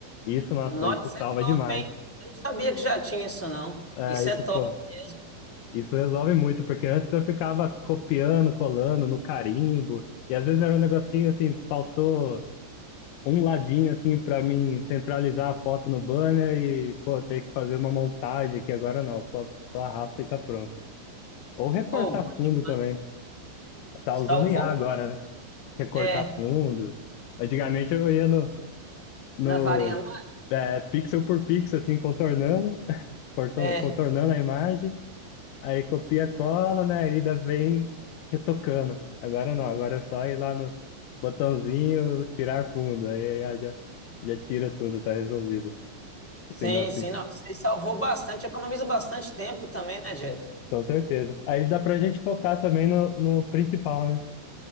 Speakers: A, on the left; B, in the centre.
A: Isso, nossa,
B: Nossa,
A: isso
B: isso é
A: salva
B: top,
A: demais.
B: hein? Eu não sabia que já tinha isso, não.
A: É,
B: Isso
A: isso,
B: é top
A: pô,
B: mesmo.
A: Isso resolve muito, porque antes eu ficava copiando, colando no carimbo, e às vezes era um negocinho assim, faltou um ladinho assim para mim centralizar a foto no banner e, pô, ter que fazer uma montagem aqui agora não, só, só arrasta e tá pronto. Ou recortar
B: Oh, bom
A: fundo
B: demais.
A: também. Tá
B: Salvou?
A: usando I A agora, né? Recortar
B: É,
A: fundo. Antigamente eu ia no, no
B: na varinha. ma-
A: é, pixel por pixel, assim, contornando, cortou-
B: É,
A: contornando a imagem. Aí copia, cola, né? Aí ainda vem retocando. Agora não, agora é só ir lá no botãozinho, tirar fundo. Aí, aí já, já tira tudo, tá resolvido.
B: sim,
A: Assim, nossa,
B: sim, não. Isso aí salvou bastante, economiza bastante tempo também, né, Jeff?
A: com certeza. Aí dá pra gente focar também no, no principal, né?